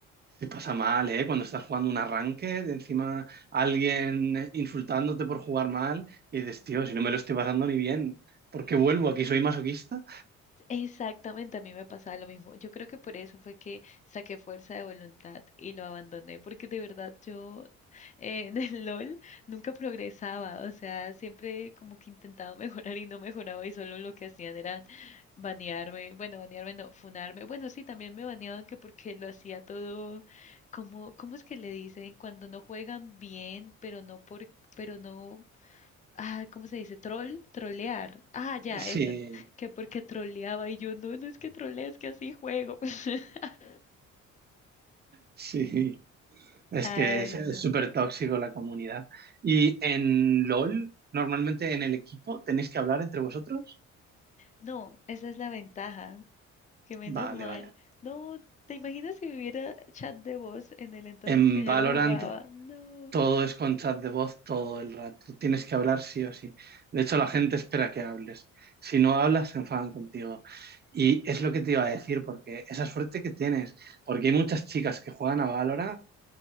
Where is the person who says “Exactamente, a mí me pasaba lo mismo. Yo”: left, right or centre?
Left